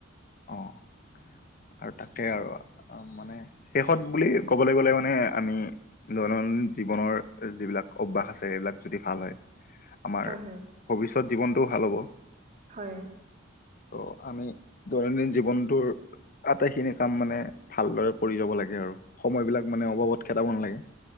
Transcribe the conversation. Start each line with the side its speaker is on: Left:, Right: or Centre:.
Left: অঁ আৰু তাকে আৰু মানে শেষত বুলি ক'বলৈ গ'লে মানে আমি, দৈনন্দিন জীৱনৰ যিবিলাক অভ্যাস আছে এইবিলাক যদি ভাল হয়, আমাৰ
Right: হয়, হয়,
Left: ভৱিষ্যত জীৱনটোও ভাল হ'ব।
Right: হয়।
Left: ত' আমি দৈনন্দিন জীৱনটোৰ আটাইখিনি কাম মানে ভালদৰে কৰি যাব লাগে আৰু। সময় বিলাক মানে অবাবত খেদাব নালাগে।